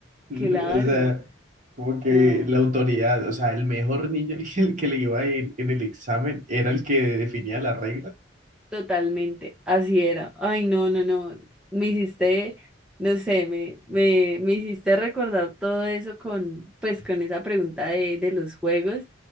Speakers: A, on the right; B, in the centre.
A: <laughs>
B: Claro,
A: O sea, como que
B: no.
A: la autoridad, o sea, el mejor niño, el que, el que le iba en, en el examen, era el que definía la regla.
B: Totalmente, así era. Ay, no, no, no. Me hiciste, no sé, me, me, me hiciste recordar todo eso con, pues, con esa pregunta de, de los juegos